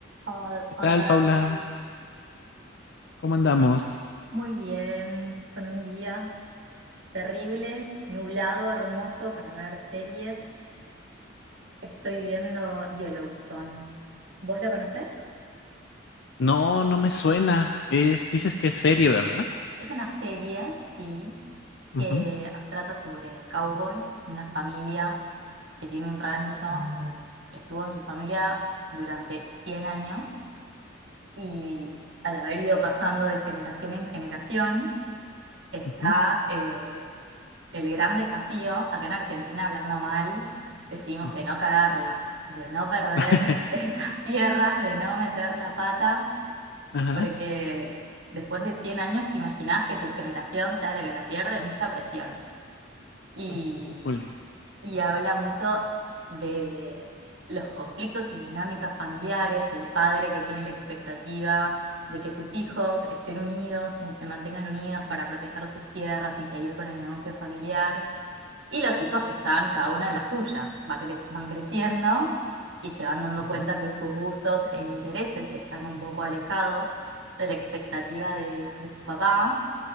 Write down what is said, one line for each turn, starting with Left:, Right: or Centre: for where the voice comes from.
Right: Hol-
Left: ¿Qué
Right: Hola
Left: tal,
Right: David,
Left: Paula? ¿Cómo andamos?
Right: muy bien, con un día terrible, nublado, hermoso para ver series. Estoy viendo Yellowstone. ¿Vos lo conocés?
Left: No, no me suena. Es, dices que es serie, ¿verdad?
Right: Es una serie, sí,
Left: Ujú,
Right: que trata sobre cowboys, una familia que tiene un rancho que estuvo en su familia durante 100 años y al haber ido pasando de generación en generación, está...
Left: ujú,
Right: eh, El gran desafío, acá en Argentina, hablando mal, decimos
Left: ujú.
Right: de no cagarla, de no perder
Left: <laughs>
Right: <laughs> esas tierras, de no meter la pata,
Left: Ajá.
Right: porque después de 100 años te imaginás que tu generación sea la que la pierde, mucha presión. Y,
Left: Újule.
Right: y habla mucho de los conflictos y dinámicas familiares, el padre que tiene la expectativa de que sus hijos estén unidos y se mantengan unidos para proteger sus tierras y seguir con el negocio familiar y los hijos que están cada uno en la suya, va cre- van creciendo y se van dando
Left: Ujú.
Right: cuenta que sus gustos e intereses están un poco alejados de la expectativa de, de su papá.